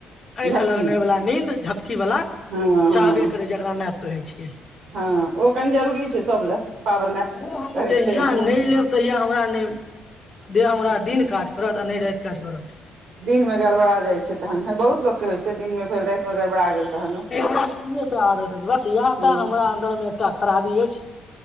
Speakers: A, on the left; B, on the right.
A: आँखि
B: झपकी
A: लगने वालला नींद, झ की वला
B: हँ हँ
A: चाहबे करै जेकरा कहै छियै।
B: हँ, ओ कनी जरूरी छै, सभ लए। पावर नैप
A: मुह हम
B: कहै
A: जहिया
B: छै हूँ
A: नहि लेब, तहिया हम ओरा नहि। देह हमरा दिन काज करत आ नहि राति काज करत।।
B: दिन मे गड़बड़ा जाइत छै तहन बहुत लोक के होइ छै दिन मे भेल राति मे गड़बड़ा गेल। तहन ओ
A: हमरा शुरुएसँ आदत अछि, बस इएह
B: हूँ
A: टा हमरा अन्दरमे एकटा खराबी अछि,